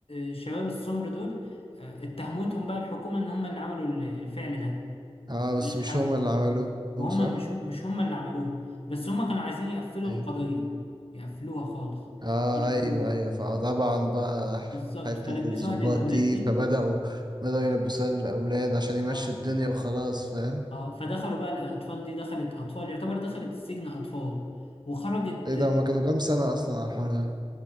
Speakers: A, on the left (about 60°); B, on the right (about 40°).
A: الشباب السمر دول آه، اتهمتهم بقى الحكومة ان هم اللي عملوا ال- الفعل ده
B: اه بس
A: الحزم
B: مش هما اللي عملوه
A: وهم
B: صح
A: مش مش هم اللي عملوه بس هم كانوا عايزين يقفلوا
B: اي
A: القضية يقفلوها خالص
B: اه
A: راحوا-
B: ايوه ايوه فطبعا بقى
A: بالظبط
B: حتة
A: فلبسوها
B: الضباط
A: للأولاد
B: دي
A: دي
B: فبدأوا بدأوا يلبسوها للأولاد عشان يمشوا
A: اه
B: الدنيا وخلاص فاهم
A: اه فدخلوا بقى الاطفال دي دخلت اطفال يعتبر دخلت السجن اطفال وخرجت
B: ايه ده هما كانوا كام سنة أصلا على الحوار ده